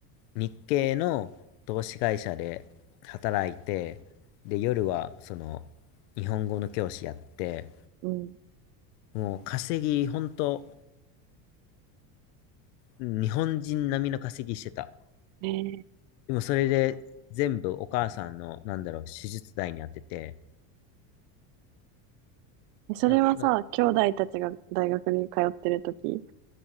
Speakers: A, on the left; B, on the right.
A: う、日系の投資会社で働いて、で、夜は、その、日本語の教師やって、
B: うん
A: もう稼ぎ、ほんと、日本人並みの稼ぎしてた。
B: ええ
A: でもそれで全部お母さんの、なんだろう、手術代に当てて、
B: えそれはさ、
A: なんな
B: 兄弟たちが大学に通ってるとき、